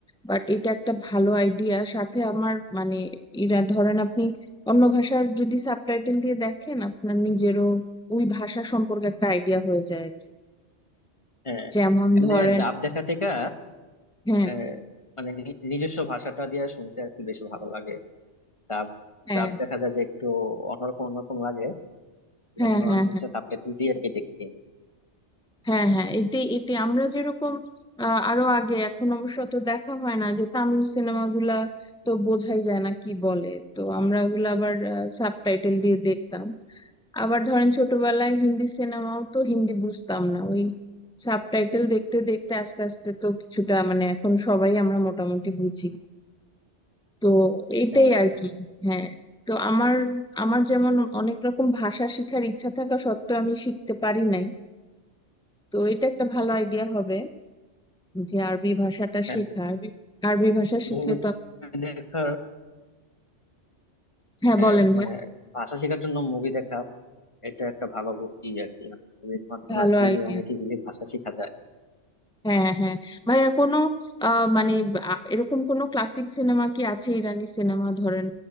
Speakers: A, in the centre; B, on the left.
A: বাট এটা একটা ভালো আইডিয়া সাথে আমার মানে ইরা ধরেন আপনি অন্য ভাষার যদি সাবটাইটেল দিয়ে দেখেন আপনার নিজেরও ওই ভাষা সম্পর্কে একটা আইডিয়া হয়ে যায় আর কি
B: হ্যাঁ
A: যেমন
B: এমনি
A: ধরেন
B: ডাব দেখা থেকে
A: হ্যাঁ
B: আহ, মানে নি- নিজস্ব ভাষাটা দিয়ে শুনতে আর কি বেশি ভালো লাগে ডাব
A: হ্যাঁ
B: ডাব দেখা যায় যে একটু অন্যরকম অন্যরকম লাগে
A: হ্যাঁ
B: জন্য
A: হ্যাঁ
B: আমি হচ্ছে
A: হ্যাঁ
B: সাবটাইটেল দিয়ে আর কি দেখি
A: হ্যাঁ হ্যাঁ এটি এটি আমরা যেরকম আহ, আরো আগে এখন অবশ্য তো দেখা হয় না যে তামিল সিনেমাগুলা তো বোঝাই যায় না কি বলে তো আমরা ওগুলো আবার সাবটাইটেল দিয়ে দেখতাম আবার ধরেন ছোটবেলায় হিন্দি সিনেমাও তো হিন্দি বুঝতাম না ওই সাবটাইটেল দেখতে দেখতে আস্তে আস্তে তো কিছুটা মানে এখন সবাই আমরা মোটামুটি বুঝি তো এইটাই
B: হ্যাঁ
A: আর কি হ্যাঁ তো আমার আমার যেমন অনেক রকম ভাষা শেখার ইচ্ছা থাকা সত্ত্বেও আমি শিখতে পারি নাই তো এটা একটা ভালো আইডিয়া হবে যে আরবি ভাষাটা
B: হ্যাঁ
A: শেখা আরবি আরবি ভাষা শিখলে
B: মুভি
A: তো
B: দেখার
A: হ্যাঁ
B: হ্যাঁ
A: বলেন ভাইয়া
B: মানে ভাষা শেখার জন্য মুভি দেখা এটা একটা ভালো গু- ই আর কি মুভির মাধ্যমে
A: ভালো
B: আর কি
A: আইডিয়া
B: অনেক ইজিলি ভাষা শেখা যায়
A: হ্যাঁ হ্যাঁ ভাইয়া কোনো আহ, মানে আ- এরকম কোনো ক্লাসিক সিনেমা কি আছে ইরানি সিনেমা ধরেন